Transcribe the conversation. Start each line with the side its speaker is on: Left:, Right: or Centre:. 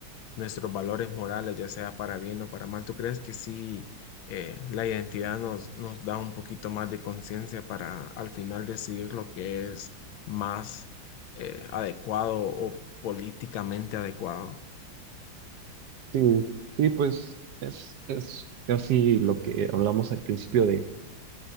Left: nuestros valores morales, ya sea para bien o para mal? ¿Tú crees que sí eh, la identidad nos, nos da un poquito más de conciencia para al final decidir lo que es más eh, adecuado o políticamente adecuado?
Right: Sí, sí, pues es, es casi lo que hablamos al principio de,